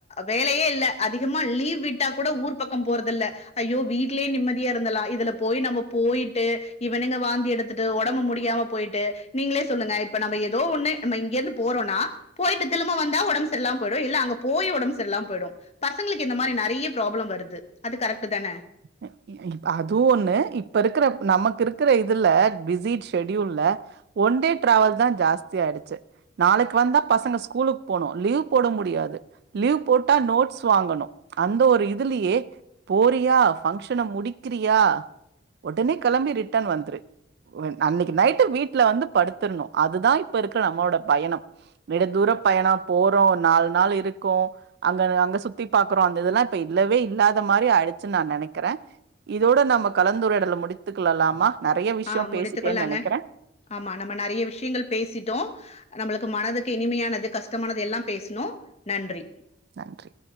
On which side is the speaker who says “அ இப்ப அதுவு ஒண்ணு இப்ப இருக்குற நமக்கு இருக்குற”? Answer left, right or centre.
Right